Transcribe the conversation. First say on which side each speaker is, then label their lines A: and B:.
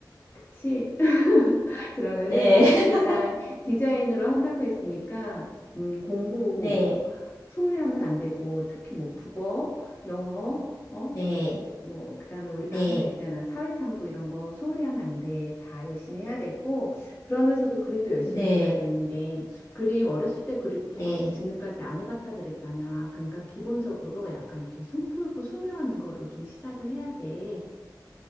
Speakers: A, on the left; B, on the left.
A: 그치? <laughs> 그러면은
B: 네, <laughs>
A: 일단 디자인으로 한다고 했으니까 음, 공부
B: 네,
A: 소홀히 하면 안 되고 특히 뭐 국어, 영어, 어?
B: 네,
A: 뭐 그다음에 우리가
B: 네,
A: 하는 있잖아 사회탐구 이런 거 소홀히 하면 안 돼. 다 열심히 해야 되고 그러면서도 그림도 열심히
B: 네,
A: 그려야 되는데 그림 어렸을 때 그리고선
B: 네.
A: 지금까지 안 해봤다 그랬잖아. 그러니까 기본적으로 약간 이렇게 손 풀고 소묘하는 거를 좀 시작을 해야 돼.